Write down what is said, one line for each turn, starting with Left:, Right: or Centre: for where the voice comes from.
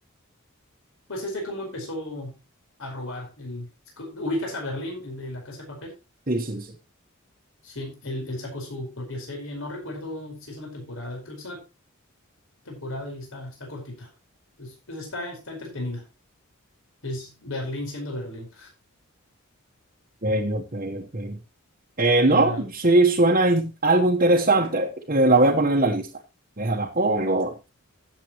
Left: Pues es de cómo empezó a robar. El, ¿ubicas a Berlín, el de La Casa de Papel?
Right: Sí, sí, sí.
Left: Sí, él, él sacó su propia serie. No recuerdo si es una temporada. Creo que es una temporada y está, está cortita. Entonces, pues está, está entretenida. Es Berlín siendo Berlín.
Right: Ok, ok, ok. Eh,
Left: Ya,
Right: no, sí, suena in- algo interesante. Eh, la voy a poner en la lista. Déjala, pongo.